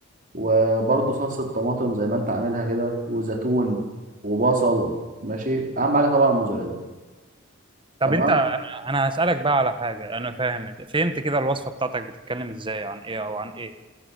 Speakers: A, on the right; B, on the right.
A: وبرضه صلصة طماطم زي ما انت عاملها كده وزيتون وبصل ماشي اهم حاجة طبعا الموزاريلا
B: طب
A: تمام
B: انت انا أنا هسالك بقى على حاجه انا فاهم فهمت كده الوصفه بتاعتك بتتكلم ازاي عن ايه او عن ايه